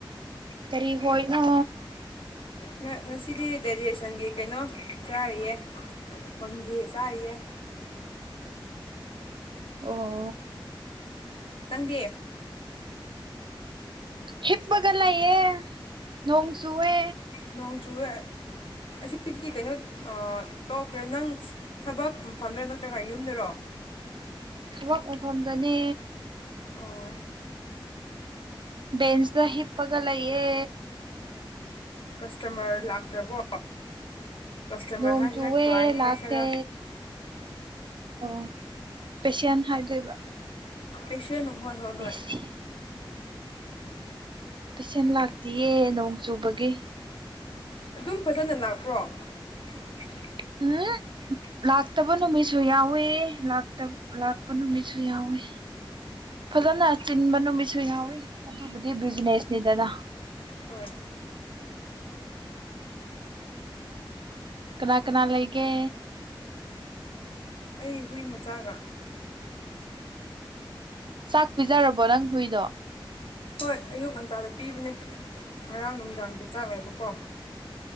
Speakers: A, on the right; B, on the left.
A: ꯀꯔꯤ ꯍꯣꯏꯅꯣ
B: ꯉ ꯉꯁꯤꯗꯤ ꯗꯥꯏꯖꯦꯁꯟꯒꯤ ꯀꯩꯅꯣ ꯆꯥꯔꯤꯌꯦ ꯃ‌‌ꯪꯒꯦ ꯆꯔꯤꯌꯦ
A: ꯑꯣ
B: ꯅꯪꯗꯤ
A: ꯍꯤꯞꯄꯒ ꯂꯩꯌ‌ꯦ ꯅꯣꯡꯖꯨꯋꯦ
B: ꯅꯣꯡꯆꯨꯋ‌‌ꯦ ꯑꯁꯤꯗꯤ ꯀꯩꯅꯣ ꯑ ꯇꯣꯛꯈ꯭ꯔꯦ ꯅꯪ ꯊꯕꯛ ꯐꯝꯗ꯭ꯔꯥ ꯅꯠꯇ꯭ꯔꯒ ꯌꯨꯝꯗꯔꯣ
A: ꯊꯕꯛ ꯃꯐꯝꯗꯅꯦ
B: ꯑꯣ
A: ꯕꯦꯟꯁ ꯇ ꯍꯤꯞꯄꯒ ꯂꯩꯌꯦ
B: ꯀꯁꯇꯃꯔ ꯂꯥꯛꯇ꯭ꯔꯕꯣ ꯀꯁꯇꯃꯔ
A: ꯅꯣꯡ
B: ꯍꯥꯏꯁꯤꯔꯥ
A: ꯆꯨꯋꯦ
B: ꯀ꯭ꯂꯥꯏꯟ
A: ꯂꯥꯛꯇꯦ
B: ꯍꯥꯏꯁꯤꯔꯥ
A: ꯑꯣ ꯄꯦꯁꯦꯟꯠ ꯍꯥꯏꯗꯣꯏꯕ
B: ꯄꯦꯁꯦꯟꯠ ꯍꯣꯏ ꯍꯣꯏ
A: ꯄꯦꯁꯦꯟ
B: ꯍꯣꯏ
A: ꯄꯦꯁꯦꯟꯠ ꯂꯥꯛꯇꯤꯌꯦ ꯅꯣꯡ ꯆꯨꯕꯒꯤ
B: ꯑꯗꯨꯝ ꯐꯖꯅ ꯂꯥꯛꯄ꯭ꯔꯣ <inaudible>
A: <unintelligible> ꯂꯥꯛꯇꯕ ꯅꯨꯃꯤꯠꯁꯨ ꯌꯥꯎꯋꯤ ꯂꯥꯛꯇ ꯂꯥꯛꯄ ꯅꯨꯃꯤꯠꯁꯨ ꯌꯥꯎꯋꯦ ꯐꯖꯅ ꯆꯤꯟꯕ ꯅꯨꯃꯤꯠꯁꯨ ꯌꯥꯎꯋꯤ ꯑꯗꯨꯕꯨꯗꯤ ꯕꯤꯖꯤꯅꯦꯁ ꯅꯤꯗꯅ
B: ꯍꯣꯏ
A: ꯀꯅꯥ ꯀꯅꯥ ꯂꯩꯒꯦ
B: ꯑꯩ ꯍꯨꯏ ꯃꯆꯥꯒ
A: ꯆꯥꯛ ꯄꯤꯖꯔꯕꯣ ꯅꯪ ꯍꯨꯏꯗꯣ
B: ꯍꯣꯏ ꯑꯌꯨꯛ ꯉꯟꯇꯥꯗ ꯄꯤꯕꯅꯦ ꯉꯔꯥꯡ ꯅꯨꯡꯗꯥꯡꯒꯤ ꯆꯥꯛ ꯂꯩꯕꯀꯣ